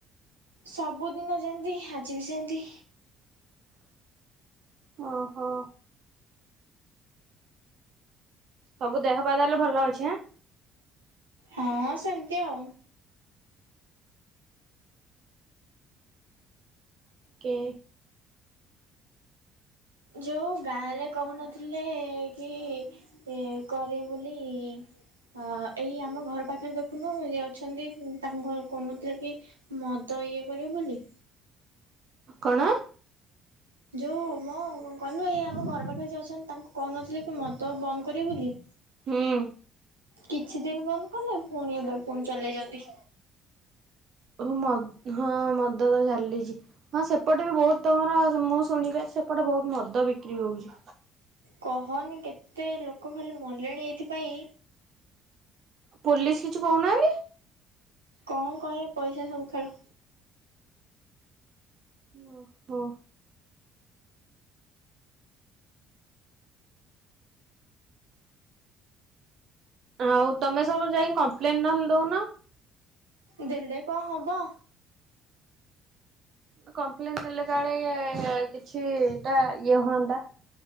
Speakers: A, on the right; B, on the right.
A: ସବୁଦିନ ଯେମତି ଆଜିିବି ସେମତି।
B: ଓହୋ। ସବୁ ଦେହ ପା ତାହେଲେ ଭଲ ଅଛି ଆଁ।
A: ହଁ ସେମିତି ଆଉ।
B: କେ
A: ଯୋଉ ଗାଁ ରେ କହୁନଥିଲେ କି ଏ କରିବୁ ବୋଲି ହଅ ଏଇ ଆମ ଘର ପାଖରେ ଦେଖୁନୁ ଇଏ ଅଛନ୍ତି ତାଙ୍କ କଉନଥିଲେ କି ମଦ ଇଏ କରିବେ ବୋଲି।
B: କଣ।
A: ଯୋଉ ମୋ କଣନି ଆମ ଘର ପାଖରେ ଯିଏ ଅଛନ୍ତି ତାଙ୍କୁ କୋଉନଥିଲେ କି ମଦ ବନ୍ଦ କରିବେ ବୋଲି।
B: ହୁଁ।
A: କିଛି ଦିନି ବନ୍ଦ କଲେ ପୁଣି ଏବେ ପୁଣି ଚଲେଇଚନ୍ତି।
B: ଓ ମ ହଁ ମଦ ତ ଚାଲିଚି। ହଁ ସେପଟେ ବି ବୋହୁତ ତମର ମୁଁ ଶୁଣିବାରେ ସେପଟେ ବୋହୁତ ମଦ ବିକ୍ରି ହୋଉଚି।
A: କହନି କେତେ ଲୋକ ଖାଲି ମଲେଣି ଏଇଥିପାଇଁ।
B: ପୋଲିସ କିଛି କୋହୁନାହାନ୍ତି।
A: କଣ କହିବେ ପଇସା ସବୁ ଖେଳ।
B: ଓ ହୋ। ଆଉ ତମେ ସବୁ ଯାଇଁକି କମ୍ପ୍ଲେନ ନହେଲେ ଦୋଉନ।
A: ଦେଲେ କଣ ହବ।
B: କମ୍ପ୍ଲେନ ଦେଲେ କାଳେ କିଛି ଟା ଇଏ ହୁଅନ୍ତା।